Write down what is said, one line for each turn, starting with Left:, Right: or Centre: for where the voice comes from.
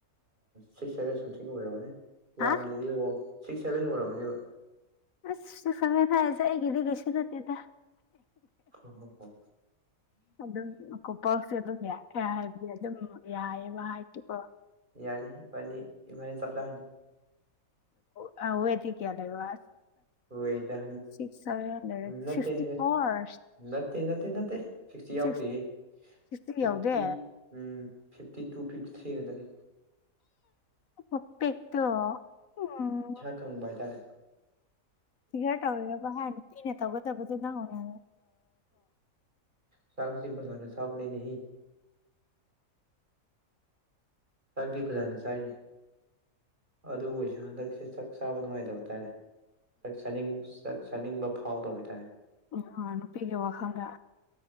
Right: six seven something ꯑꯣꯏꯔꯝꯃꯅꯦ
Left: ꯍꯥ
Right: ꯌꯥꯝꯗ꯭ꯔꯗꯤ ꯑꯣ ꯁꯤꯛꯁ ꯁꯚꯦꯟ ꯑꯣꯏꯔꯝꯃꯅꯦꯕ
Left: ꯑꯁꯁꯨꯨ ꯁꯝꯃꯦ ꯍꯥꯏꯁꯦ ꯑꯩꯒꯤꯗꯤ ꯀꯩꯁꯨ ꯅꯠꯇꯦꯗ
Right: ꯍ ꯍ
Left: ꯑꯗꯨꯝ ꯀꯣ ꯄꯥꯎꯁꯦ ꯑꯗꯨꯝ ꯍꯥꯏꯕꯗꯤ ꯑꯗꯨꯝ ꯌꯥꯏꯑꯕ ꯍꯥꯏꯗꯤꯀꯣ
Right: ꯌꯥꯅꯤ ꯏꯕꯥꯅꯤ ꯏꯕꯥꯅꯤ ꯆꯂꯅꯤ
Left: ꯊ ꯀꯌꯥ
Right: ꯍꯣꯏ ꯍꯗ
Left: ꯁꯤꯛꯁ ꯁꯚꯦꯟ ꯂꯩꯔꯗꯤ
Right: ꯅꯠꯇꯦ
Left: ꯁꯤꯛꯁꯇꯤ ꯐꯣꯔ
Right: ꯅꯠꯇꯦ ꯅꯠꯇꯦ ꯅꯠꯇꯦ ꯁꯤꯛꯁꯇꯤ ꯌꯥꯎꯗꯣꯏꯌꯦ
Left: ꯁꯤꯛꯁ ꯁꯤꯛꯁꯇꯤ
Right: fifty
Left: ꯌꯧꯗꯦ
Right: um fifty two fifty three ꯉꯥꯛꯇꯅꯤ
Left: ꯎꯄꯦꯛꯇꯣ ꯎꯝ
Right: ꯈꯪꯕ ꯇꯥꯏ
Left: ꯐꯤꯒꯔ ꯇꯧꯋꯒ ꯍꯥꯏ ꯅꯨꯄꯤꯅ ꯇꯧꯒꯗꯕꯗꯨ ꯅꯪ ꯍꯅꯦ
Right: ꯆꯁꯤ ꯐꯖꯥꯅ ꯆꯥꯕꯅꯦꯅꯦ ꯍ ꯆꯥꯛꯗꯤ ꯐꯖꯅ ꯆꯥꯏ ꯑꯗꯨꯕꯨ ꯑꯣꯏꯁꯨ ꯍꯟꯗꯛꯁꯦ ꯆꯥꯛ ꯆꯥꯕ ꯅꯨꯡꯉꯥꯏꯇꯕ ꯇꯥꯔꯦ ꯆ ꯁꯅꯤꯡ ꯆꯥꯛ ꯁꯅꯤꯡꯕ ꯐꯥꯎꯗ ꯑꯣꯏꯇꯥꯦ
Left: ꯎ ꯅꯨꯄꯤꯒꯤ ꯋꯥꯈꯜꯗ